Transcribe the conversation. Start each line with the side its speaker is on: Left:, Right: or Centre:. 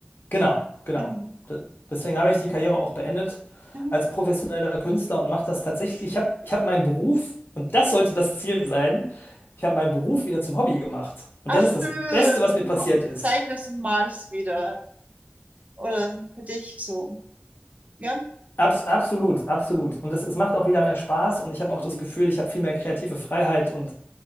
Left: Genau, genau.
Right: Mhm.
Left: D- Deswegen habe ich die Karriere auch beendet
Right: Mhm.
Left: als professioneller Künstler und mache das tatsächlich. Ich habe ich hab meinen Beruf, und das sollte das Ziel sein, ich habe meinen Beruf wieder zum Hobby gemacht. Und
Right: Ah,
Left: das
Right: schön.
Left: ist das Beste, was
Right: Und
Left: mir passiert
Right: ma- und
Left: ist.
Right: Zeichnest und malst wieder. Oder für dich so. Ja,
Left: Abs absolut, absolut. Und es, es macht auch wieder mehr Spaß und ich habe auch
Right: Mhm.
Left: das Gefühl, ich habe viel mehr kreative Freiheit und